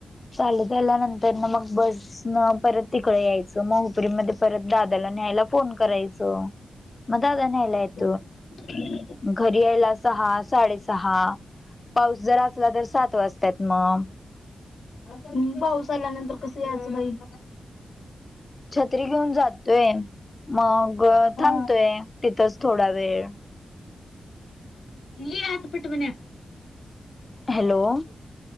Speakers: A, on the left (about 30°); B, on the left (about 75°).
A: चालू त आल्यानंतर न मग बस न परत तिकडे यायचं. मग पुरी मध्ये परत दादाला न्यायला फोन करायच मग दादा न्यायला येत
B: <unintelligible>
A: घरी यायला सहा साडेसहा पाऊस जर असला तर सात वाजत्यात मग.
B: ्पाऊस आल्यानंतर कसं यायचं बाई?
A: छत्री घेऊन जातोय मग
B: हा
A: थांबतोय तिथंच थोडा वेळ.
B: ल आत पट बन्या
A: हॅलो
B: <unintelligible>